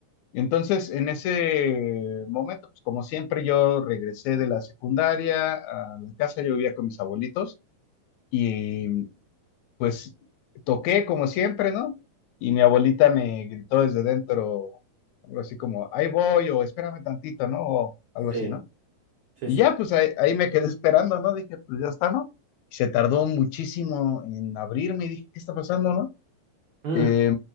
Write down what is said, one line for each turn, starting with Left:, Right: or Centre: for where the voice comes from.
Left: Entonces, en ese momento, pues como siempre, yo regresé de la secundaria a la casa, yo vivía con mis abuelitos y pues toqué como siempre, ¿no? Y mi abuelita me gritó desde dentro, algo así como, ahí voy o espérame tantito, ¿no? O algo
Right: sí,
Left: así, ¿no?
Right: sí,
Left: Y
Right: sí.
Left: ya, pues ahí, ahí me quedé esperando, ¿no? Dije, pues ya está, ¿no? Se tardó muchísimo en abrirme y dije, ¿qué está pasando, no?
Right: Mm,
Left: Eh,